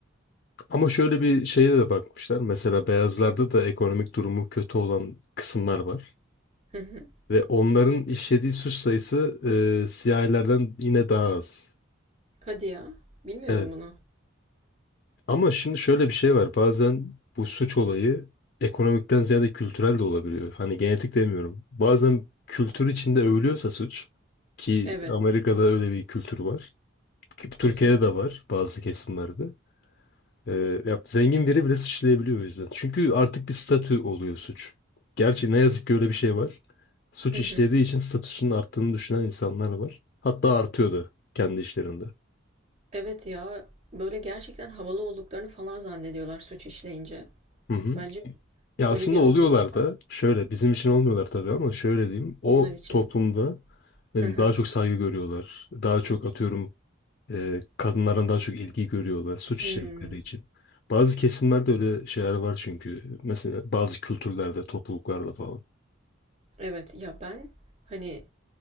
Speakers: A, on the left; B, on the right.
A: Ama şöyle bir şeye de bakmışlar. Mesela beyazlarda da ekonomik durumu kötü olan kısımlar var.
B: Hı hı.
A: Ve onların işlediği suç sayısı e, siyahilerden yine daha az.
B: Hadi ya. Bilmiyordum
A: Evet.
B: bunu.
A: Ama şimdi şöyle bir şey var. Bazen bu suç olayı ekonomikten ziyade kültürel de olabiliyor. Hani genetik demiyorum. Bazen kültür içinde övülüyorsa suç ki
B: Evet.
A: Amerika'da öyle bir kültür var. ki Türkiye'de
B: Kesinlikle.
A: de var bazı kesimlerde. Ee, ya zengin biri bile suçlayabiliyor o yüzden. Çünkü artık bir statü oluyor suç. Gerçi ne yazık ki öyle bir şey var. Suç
B: Hı
A: işlediği
B: hı.
A: için statüsünün arttığını düşünen insanlar var. Hatta artıyor da kendi işlerinde.
B: Evet ya. Böyle gerçekten havalı olduklarını falan zannediyorlar suç işleyince.
A: Hı hı.
B: Bence
A: Ya
B: öyle
A: aslında
B: bir anlayış
A: oluyorlar
B: var
A: da şöyle bizim için olmuyorlar tabii ama şöyle diyeyim. O
B: onlar için.
A: toplumda ne
B: Hı
A: bileyim,
B: hı.
A: daha çok saygı görüyorlar. Daha çok atıyorum e, kadınlardan daha çok ilgi görüyorlar suç
B: Hmm.
A: işledikleri için. Bazı kesimlerde öyle şeyler var çünkü. Mesela bazı kültürlerde, topluluklarda falan.
B: Evet ya ben hani